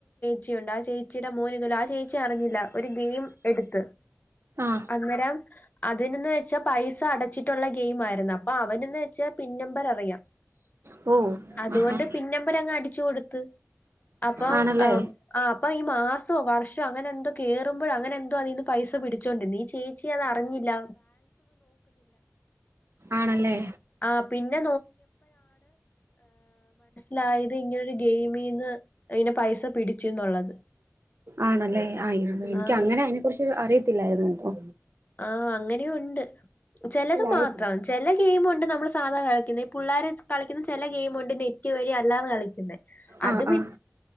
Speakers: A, on the left; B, on the right.
A: ച്ചിയുണ്ട് ആ ചേച്ചിയുടെ മോന് ഇതുപോലെ ആ ചേച്ചി അറിഞ്ഞില്ല ഒരു ഗെയിം എടുത്ത്
B: ആഹ്
A: അന്നേരം അതിനന്ന് വെച്ചാ പൈസ അടച്ചിട്ടുള്ള ഗെയിം ആയിരുന്നു അപ്പൊ അവനന്ന് വെച്ചാ പിൻ നമ്പർ അറിയാം
B: ഓ
A: അതുകൊണ്ട്
B: ആഹാ
A: പിൻ നമ്പർ അങ്ങ്അടിച്ചു കൊടുത്ത് ഇപ്പൊ
B: ആണല്ലേ
A: ഈ മാസോ വർഷോ അങ്ങനെ എന്തോ കേയറുമ്പോൾ അങ്ങനെ എന്തോ അതിൽന്ന് പൈസ പിടിച്ചോണ്ട്നീ ചേച്ചി അത് അറിഞ്ഞില്ല
B: ആണല്ലേ
A: ആ പിന്നെ ലായത് ഇങ്ങനെ ഒരു ഗെയിമീന്ന് അയിന്റെ പൈസ പിടിച്ചു എന്നുള്ളത്
B: ആണല്ലേ ആയി എനിക്ക്
A: ആഹ്
B: അങ്ങനെ അതിനെ കുറിച്ച് അറിയത്തില്ലായിരുന്നു കേട്ടോ
A: ആഹ അങ്ങനെ ഉണ്ട് ചെലത്
B: ഇല്ല അറിയത്തില്ല
A: മാത്രം ചില ഗെയിമുണ്ട് നമ്മള് സാധാ കളിക്കുന്ന നെറ്റ് വഴി അല്ല കളിചുന്നെ അത്
B: ആഹ് ആഹ്